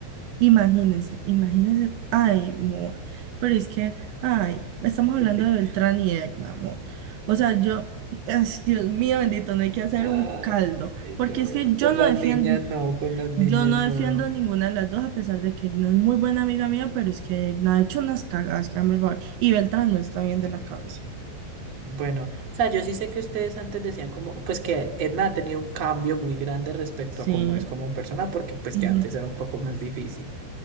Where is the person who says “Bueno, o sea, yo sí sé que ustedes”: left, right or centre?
Right